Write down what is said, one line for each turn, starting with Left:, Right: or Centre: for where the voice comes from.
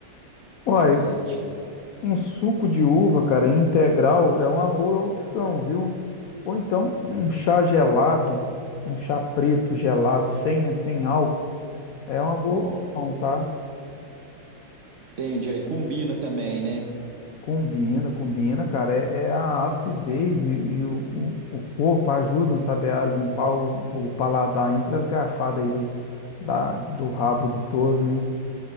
Right: que
Left: Olha,
Right: dá certinho?
Left: um suco de uva, cara, integral é uma boa opção, viu? Ou então um chá gelado, um chá preto gelado, sem, sem álcool, é uma boa
Right: Ó,
Left: opção, tá?
Right: entendi, aí combina também, né?
Left: Combina, combina, cara. É, é a acidez e, e o, o o corpo ajudam, sabe, a limpar o, o paladar entre as garfadas aí do, da, do rabo do touro, né?